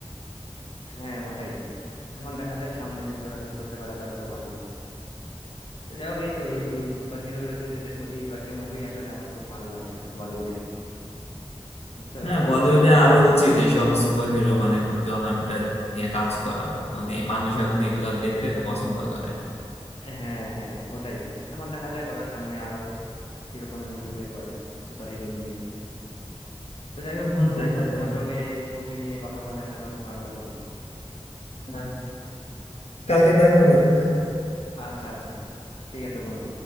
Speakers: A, on the left; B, on the left.
A: হ্যাঁ ওটাই এখন দেখা যাক সামনে যদি ওরা বের করতে পারে তাহলে তো ভালোই তো যাই হোক এই তো এই এই সুপার হিরো রিলেটেড এই কয়েকটা মুভি আসলে আমার খুব ভালো লাগছে বলিউডের বুঝছো
B: হ্যাঁ
A: তো এই
B: বলিউডে
A: কয়েকটা মুভি
B: আরো
A: দেখা
B: উচিত এইসব সুপার হিরো মানে জনারটা নিয়ে কাজ করা মানে এই মানুষ এখন এগুলা দেখতে পছন্দ করে
A: হ্যাঁ হ্যাঁ ওটাই এখন দেখা যাক ওরা সামনে আরো কি রকমের মুভি বের করে সুপার হিরো নিয়ে তো যাই হোক
B: হুম,
A: বন্ধু
B: দেখা
A: তোমার
B: যাবে
A: সঙ্গে এই মুভি নিয়ে কথা বলে আসলে অনেক ভালো লাগলো
B: হ্যাঁ কালকে দেখা হবে তাহলে
A: আচ্ছা আচ্ছা ঠিক আছে বন্ধু